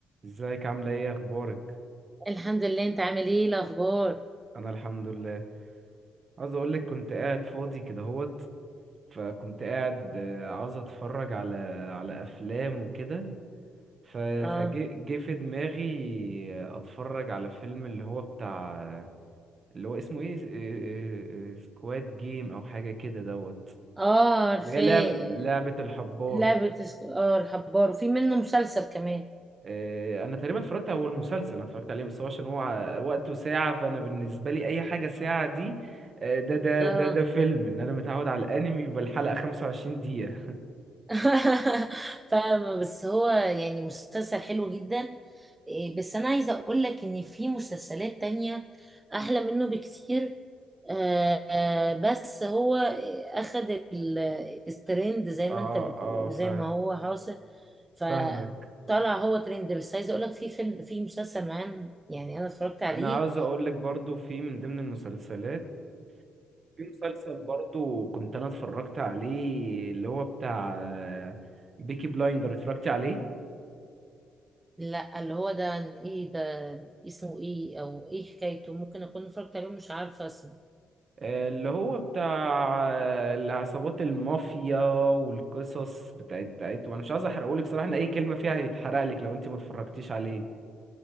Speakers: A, on the right; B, on the right.
A: ازيك عاملة ايه اخبارك
B: الحمد لله انت عامل ايه إيه الاخبار
A: انا الحمد لله عاوز اقولك كنت قاعد فاضي كده هوت فكنت قاعد آه، عاوز اتفرج على على افلام وكده ف-
B: اه
A: فجه جه في دماغي آه، اتفرج على فيلم اللي هو بتاع اللي هو اسمه ايه سكواد جيم او حاجة كده دوت
B: اه عارفاه
A: اللي هي لعبة لعبة الحبار
B: لعبة سك... اه الحبار وفي منه مسلسل كمان
A: آه، انا تقريبا اتفرجت هو المسلسل انا اتفرجت عليه بس هو عشان هو وقته ساعة فانا بالنسبة لي اي حاجة ساعة دي آه، ده ده
B: اه
A: ده ده فيلم ان انا متعود على الانمي يبقى الحلقة 25 دقيقة
B: <laughs> فاهمة بس هو يعني مسلسل حلو جدا إيه، بس انا عايزة اقول لك ان في مسلسلات تانية احلى منه بكتير آه آه، بس هو آه، اخد ال- الترند زي
A: اه
B: ما انت بتقول
A: اه فا-
B: زي ما هو حاصل فطلع
A: فاهمك
B: هو ترند بس عايزه اقول لك في فيلم في مسلسل معين يعني انا اتفرجت عليه
A: انا عاوز اقول لك برضو في من ضمن المسلسلات في مسلسل برضو كنت انا اتفرجت عليه اللي هو بتاع بيكي بلايندر اتفرجت عليه
B: لا اللي هو ده ايه ده اسمه ايه او ايه حكايته ممكن اكون اتفرجت عليه مش عارفه اسمه
A: آه، اللي هو بتاع آه، العصابات المافيا والقصص بتاعت بتاعتهم انا مش عايز احرقهولك صراحة ان اي كلمة فيها هيتحرقلك لو انت ما اتفرجتيش عليه